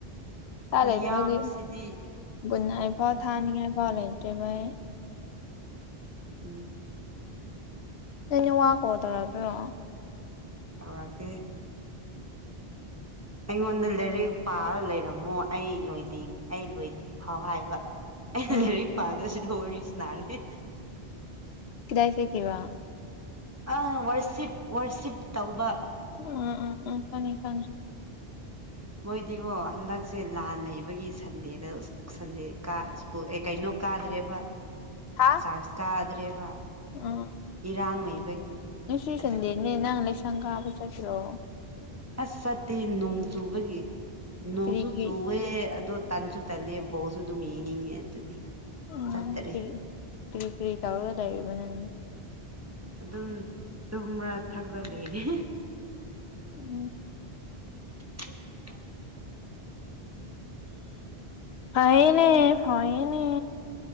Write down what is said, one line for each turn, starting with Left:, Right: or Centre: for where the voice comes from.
Left: ꯀꯥꯡ
Right: ꯈꯨꯌꯥꯝꯁꯤꯗꯤ
Left: ꯂꯩꯕꯒꯤ ꯒꯨꯠꯅꯥꯏꯠ ꯐꯥꯎ ꯊꯥꯅꯤꯡꯉꯥꯏ ꯐꯥꯎ ꯂꯩꯇ꯭ꯔꯦꯕ ꯑꯩ
Right: ꯎꯝ
Left: ꯅꯣꯢ ꯅꯥꯋꯥ ꯀꯣꯜ ꯇꯧꯔꯛꯄ꯭ꯔꯣ
Right: ꯇꯧꯔꯥꯛꯇꯦ ꯑꯩꯉꯣꯟꯗ ꯂꯥꯏꯔꯤꯛ ꯄꯥꯔ ꯂꯩꯔꯝꯃꯣ ꯑꯩ ꯂꯣꯏꯗ꯭ꯔꯤ ꯑꯩ ꯂꯣꯏꯗ꯭ꯔꯤꯐꯥꯎ ꯍꯥꯏꯕ ꯂꯩꯔꯤꯛ
Left: ꯎꯝ
Right: ꯄꯥꯗꯣꯁꯤꯗ ꯋꯥꯔꯤ ꯁꯥꯟꯅꯔꯤ
Left: ꯀꯤꯗꯥꯢ ꯆꯠꯈꯤꯕ
Right: ꯑ ꯋꯥꯔꯁꯤꯞ ꯋꯥꯔꯁꯤꯞ ꯇꯧꯕ
Left: ꯎꯝ ꯎꯝ ꯎꯝ ꯈꯪꯉꯦ ꯈꯪꯉꯦ
Right: ꯃꯣꯏꯗꯤꯀꯣ ꯍꯟꯗꯛꯁꯦ ꯂꯥꯟ ꯂꯩꯕꯒꯤ ꯁꯟꯗꯦꯗ ꯁꯟꯗꯦ ꯀꯥ ꯁꯀꯨꯜ ꯑꯦ ꯀꯩꯅꯣ ꯀꯥꯗ꯭ꯔꯦꯕ
Left: ꯍꯥ
Right: ꯆꯥꯔꯁ ꯀꯥꯗ꯭ꯔꯦꯕ
Left: ꯎꯝ
Right: ꯏꯔꯥꯡ ꯂꯩꯕꯒꯤ
Left: ꯉꯁꯤ
Right: ꯑꯗꯨꯒꯤ
Left: ꯁꯟꯗꯦꯅꯦ ꯅꯪ ꯂꯩꯁꯪ ꯀꯥꯕ ꯆꯠꯇ꯭ꯔꯣ
Right: ꯑꯁ ꯆꯠꯇꯦ ꯅꯣꯡ ꯆꯨꯕꯒꯤ ꯅꯣꯡꯁꯨ
Left: ꯀꯔꯤ ꯀꯔꯤ
Right: ꯆꯨ ꯋꯦ ꯑꯗꯣ ꯇꯟꯁꯨ ꯇꯜꯂꯦ ꯕꯣꯜꯁꯨ ꯑꯗꯨꯝ ꯌꯦꯡꯅꯤꯡꯉꯦ ꯑꯗꯨꯒꯤ
Left: ꯎꯝ
Right: ꯆꯠꯇꯔꯦ
Left: ꯀꯔꯤ ꯀꯔꯤ ꯀꯔꯤ ꯇꯧꯔꯒ ꯂꯩꯔꯤꯕ ꯅꯪꯗꯤ
Right: ꯑꯗꯨꯝ ꯇꯨꯝꯔ ꯊꯛꯂ ꯂꯩꯔꯤ
Left: ꯎꯝ
Right: <inaudible>
Left: ꯐꯩꯅꯦ ꯐꯩꯏꯅꯦ